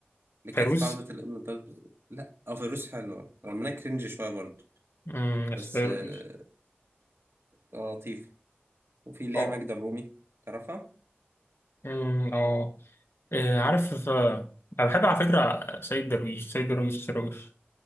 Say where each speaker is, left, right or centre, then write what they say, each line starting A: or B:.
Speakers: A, on the right; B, on the left.
A: اللي
B: فيروز
A: كانت في عوده الابن الضال لا اه فيروز حلوه رغم انها كرنج شويه برضه
B: مم، بس
A: بس
B: فيروز
A: اه آه، لطيفه وفي اللي
B: اه
A: هي ماجدة الرومي تعرفها
B: مم، اه إيه، عارف آه، انا بحب على فكرة سيد درويش سيد درويش درويش